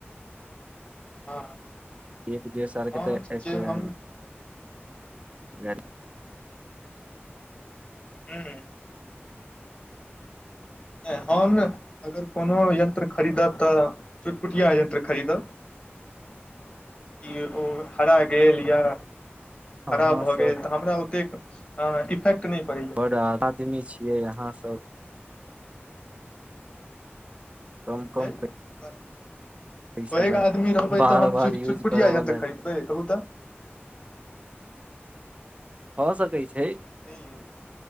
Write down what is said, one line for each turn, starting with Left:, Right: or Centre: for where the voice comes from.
Left: हँ
Right: एक दुइयो साल के
Left: हम
Right: तऽ ऐतेन
Left: जे हम
Right: गैर <unintelligible>
Left: हुँ नहि हम अगर कोनो यन्त्र खरीदब तऽ चुटपुटिया यन्त्र खरीदब।
Right: <inaudible>
Left: कि ओ हरा गेल या
Right: अहाँ
Left: खराब भऽ
Right: सब
Left: गेल तऽ हमरा ओतेक आ इफेक्ट नहि पड़ै
Right: बड़ा आदमी छियै अहाँ सब। कम कम
Left: हय मरदे
Right: पैसा
Left: पैग
Right: लग
Left: आदमी रहबै
Right: बार
Left: तऽ हम
Right: बार
Left: चूटचुटपुटिया
Right: यूज करऽ वाला
Left: यंत्र खरीद हे कहू तऽ
Right: भऽ सकै छै।
Left: नय यौ